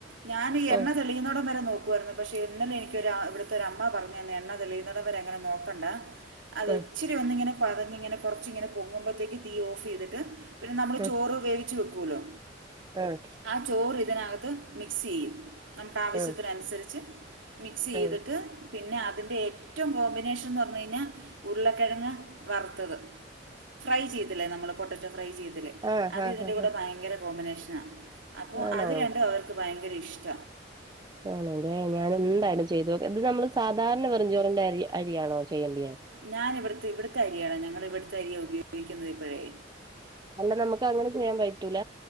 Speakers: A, on the right; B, on the right.
A: ഞാന ഈ എണ്ണതെളിയുന്നോടം
B: ആഹ്
A: വരെ നോക്കും രുന്നു പക്ഷെ ഇന്നലെ എനിക്കൊരു ഇവിടത്തെ ഒരമ്മ പറഞ്ഞു തന്ന് എണ്ണ തെളിയുന്നുന്നത്വരെ അങ്ങനെ നോക്കണ്ട അതൊച്ചരി
B: ആഹ്
A: ഒന്നിങ്ങനെ പതഞ് ഇങ്ങെ കുറച്ച് ഇങ്ങനെ പൊങ്ങുമ്പോഴത്തേക്ക് തീ ഓഫ് ചെയ്തിട്ട് പിന്നെ നമ്മൾ
B: ആഹ്
A: ചോറ് വേവിച്ച് വെക്കോല്ലോ
B: ആഹ്
A: ആ ചോറ് ഇതിനകത്ത് മിക്സ് ചെയ്യും നമുക്ക് ആവശ്യത്തിനനുസരിച്ച്
B: ആഹ് ആഹ്
A: മിക്സ് ചെയ്തിട്ട്
B: ആഹ് ആഹ്
A: പിന്നെ അതിൻ്റെ ഏറ്റവും കോമ്പിനേഷൻന്ന് പറഞ്ഞു കഴിഞ്ഞാ ഉരുളക്കിഴങ്ങ് വറുത്തത് ഫ്രൈ ചെയ്തില്ലേ നമ്മള് പൊട്ടറ്റോ ഫ്രൈ ചെയ്തില്ലേ
B: ആഹ്
A: അത്
B: ആഹ്
A: ഇതിന്റെ
B: ആഹ്
A: കൂടെ
B: ആഹ്
A: ഭയങ്കര കോമ്പിനേഷനാ അപ്പോ
B: ആണോ
A: അത് രണ്ടും അവർക്ക് ഭയങ്കര ഇഷ്ട
B: ആണ് ലെ ഞാൻ എന്തായാലും ചെയ്തോക്ക് ഇത് നമ്മള് സാധാരണ വെറുഞ്ചോറിന്റെ അരി അരിയാണോ ചെയ്യണ്ടിയെ
A: ഞാന് ഇവട്ത്തെ ഇവട്ത്തെ അരിയാണ് ഞങ്ങള് ഇവട്ത്തെ അരിയാ ഉപയോഗിക്കുന്നത് ഇപ്പഴേ
B: അല്ല നമുക്ക് അങ്ങനെ ചെയ്യാം പറ്റൂല